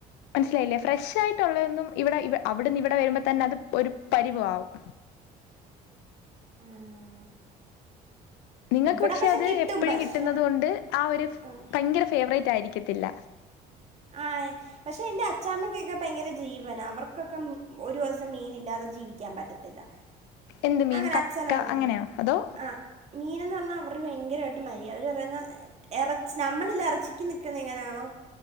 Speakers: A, on the left; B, on the right.
A: മനസ്സിലായില്ലേ ഫ്രഷ് ആയിട്ടുള്ളതന്നും ഇവിടെ അവിടുന്ന് ഇവിടെ വരുമ്പോൾ തന്നെ അത് ഒരു പരിവ ആവും
B: ആഹ്
A: നിങ്ങൾക്ക്
B: ഇവിടെ
A: പക്ഷേ
B: പക്ഷെ
A: അത്
B: കുറച്ച് കിട്ടും
A: എപ്പോഴും
B: പക്ഷെ
A: കിട്ടുന്നത് കൊണ്ട് ആ ഒരു
B: ആഹ്
A: ഭയങ്കര ഫേവറേറ്റ് ആയിരിക്കത്തില്ല
B: ആയ് പക്ഷെ എന്റെ അച്ചാമ്മയ്ക്കൊക്കെ ഭയങ്കര ജീവന അവർക്കൊക്കെ ഒരു വസം മീനില്ലാതെ ജീവിക്കാൻ പറ്റത്തില്ല
A: എന്ത് മീൻ
B: അങ്ങനെ
A: കക്ക
B: അച്ഛനാണല്ലോ
A: അങ്ങനെയാ അതോ
B: ആ മീനെന്ന് പറഞ്ഞാൽ അവർ ഭയങ്കരമായിട്ട് മരി അവർ പറഞ്ഞാ ഇറച്ചി നമ്മളിൽ ഇറച്ചിക്ക് നിൽക്കുന്ന എങ്ങനാണോ